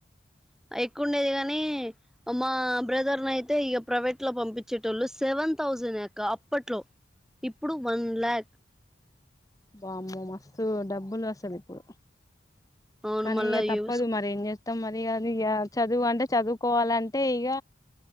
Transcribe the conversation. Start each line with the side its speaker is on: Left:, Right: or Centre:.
Centre: <inaudible> ఎక్కువండేది కాగాని మా బ్రదర్ ని అయితే ఇక ప్రైవేట్ లో పంపించేటోళ్ళు సేవ న్ థౌజండ్ అక్క అప్పట్లో ఇప్పుడు వన్ ల్యాక్
Left: వామ్మో మస్తు డబ్బులు వస్తంది ఇప్పుడు
Centre: అవును
Left: కానీ
Centre: మళ్ళా
Left: ఇక తప్పదు
Centre: యూస్
Left: మరి ఏం చేస్తాం మ అది కాదు ఇక చదువు అంటే చదువుకోవాలంటే ఇక